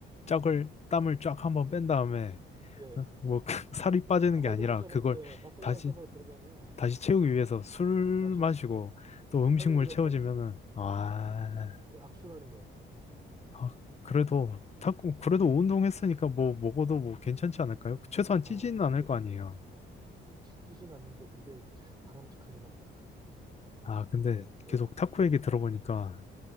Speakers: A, on the left; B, on the right.
A: 짝을
B: 네.
A: 땀을 쫙 한번 뺀 다음에
B: 예.
A: 어, 뭐 그 <laughs> 살이 빠지는
B: 막걸리
A: 게 아니라
B: 한 사발,
A: 그걸
B: 예, 막걸리
A: 다시
B: 한 사발 들어가면
A: 다시 채우기 위해서 술
B: 다시,
A: 마시고
B: 예,
A: 또 음식물
B: 칼로리가
A: 채워지면은
B: 다시, 예,
A: 아,
B: 그게 악순환인 것 같아요, 그게.
A: 아, 그래도 탁구 그래도
B: 예.
A: 운동했으니까 뭐 먹어도 뭐 괜찮지 않을까요? 최소한
B: 아,
A: 찌지는
B: 근데
A: 않을 거 아니에요.
B: 찌진 않는데 그게 참 바람직하진 않는 것 같아.
A: 아,
B: 그,
A: 근데
B: 예,
A: 계속
B: 예,
A: 탁구 얘기 들어보니까